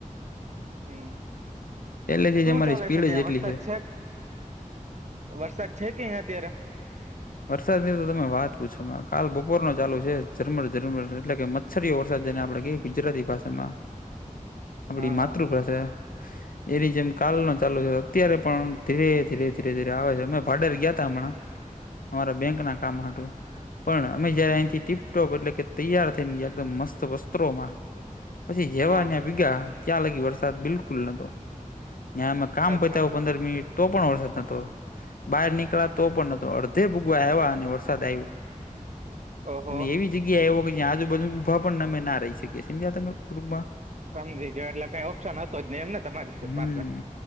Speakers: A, on the right; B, on the left.
A: હમ,
B: પહેલેથી
A: શું
B: જ અમારી
A: ચાલે
B: સ્પીડ
A: છે ત્યાં
B: જ એટલી
A: વરસાદ છે. વરસાદ છે કે અત્યારે.
B: વરસાદની તો તમે વાત પૂછો કાલ બપોર ન ચાલુ છે ઝરમર ઝરમર એટલે કે સરીયો વરસાદ જઈને આપડે ક ગુજરાતી ભાષામાં આપડી
A: હા
B: માતૃભાષા
A: <inaudible>
B: એ ર જેમ કાલ ન ચાલુ છે અત્યારે પણ ધીરે ધીરે ધીરે ધીરે આવે છે અમે ભાડેર ગયા હતા હમણાં અમારા બેંક ના કામ હતું પણ અમે જયારે અહીંથી ટીપટોપ એટલે કે તૈયાર થઈ ને ગયા એકદમ મસ્ત વસ્ત્રોમાં પછી જેવા
A: હા
B: ત્યાં પીગા ત્યાં લાગી વરસાદ બિલકુલ નતો ત્યાં અમે કામ
A: અચ્છા
B: પતા પંદર મિનિટ તો પણ વરસાદ નતો બહાર નીકળ તો પણ ન તો અડધે ભૂગવા આવવા અને વરસાદ આવ્યો
A: ઓહો
B: અને એવી જગ્યા એવો કે જ્યા આજુ બધુ ઊભા પણ નમે ના રહી શકીએ સમજ્યા તમે કટુંબ માં
A: સમજી ગયો એટલે કઈ ઓપ્શન હતો જ નઈ એમ ને તમારી
B: હમ
A: પાસે